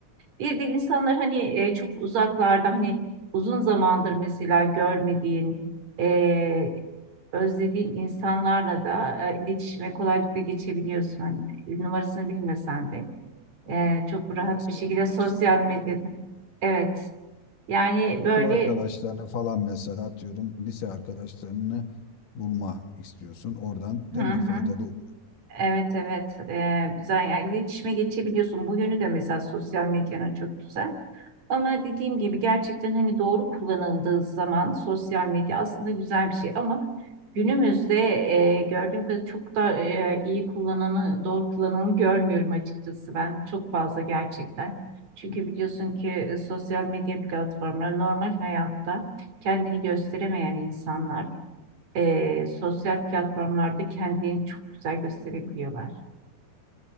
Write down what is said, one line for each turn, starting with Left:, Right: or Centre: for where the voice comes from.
Right: bir de insanlar hani e, çok uzaklarda hani uzun zamandır mesela görmediğin, e, özlediğin insanlarla da e, iletişime kolaylıkla geçebiliyorsun. Hani numarasını bilmesen de e, çok
Left: Ha,
Right: rahat
Left: eski
Right: bir şekilde
Left: arkadaşları
Right: sosyal
Left: bulmada.
Right: medyada. Evet. Yani
Left: Yani okul
Right: böyle
Left: arkadaşlarını falan mesela atıyorum lise arkadaşlarını bulma istiyorsun. Oradan değil
Right: hı hı.
Left: mi faydalı oluyor.
Right: Evet evet Ee, güzel yani iletişime geçebiliyorsun. Bu yönü de mesela sosyal medyanın çok güzel. Ama dediğim gibi gerçekten hani doğru kullanıldığı zaman sosyal medya aslında güzel bir şey ama günümüzde e, gördüğüm kadarıyla çok da e, iyi kullananı, doğru kullananı görmüyorum açıkçası ben çok fazla gerçekten. Çünkü biliyorsun ki e, sosyal medya platformları normal hayatta kendini gösteremeyen insanlar e, sosyal platformlarda kendilerini çok güzel gösterebiliyorlar.